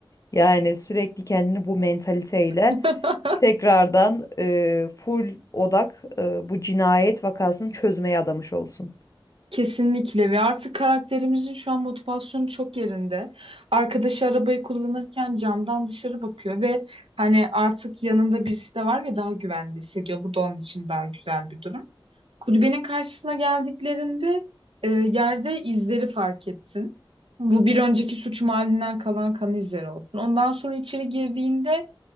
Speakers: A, on the left; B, on the right.
A: Yani sürekli kendini bu mentaliteyle
B: <laughs>
A: tekrardan e, full odak e, bu cinayet vakasını çözmeye adamış olsun.
B: Kesinlikle ve artık karakterimizin şu an motivasyonu çok yerinde. Arkadaşı arabayı kullanırken camdan dışarı bakıyor ve hani artık yanında birisi de var ve daha güvende hissediyor. Bu da onun için daha güzel bir durum. Kulübenin karşısına geldiklerinde e, yerde izleri fark etsin. Bu bir önceki suç mahallinden kalan kan izleri olsun. Ondan sonra içeri girdiğinde